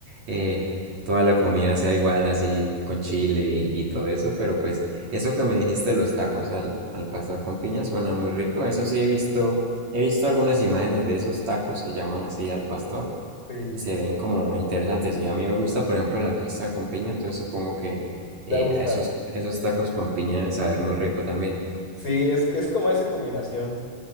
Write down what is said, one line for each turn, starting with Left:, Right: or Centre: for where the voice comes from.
Right: eh, toda la comida sea igual así con chile y, y todo eso, pero pues eso que me dijiste, los tacos al, al pastor con piña, suena muy rico. Eso sí he visto, he visto algunas imágenes de esos tacos que llaman así al pastor
Left: Sí,
Right: y se ven como interesantes. Y a mí me gusta, por ejemplo, la pizza con piña, entonces supongo que
Left: te
Right: eh,
Left: va a gustar.
Right: a esos, esos tacos con piña deben saber muy rico también.
Left: Sí, es que es como esa combinación.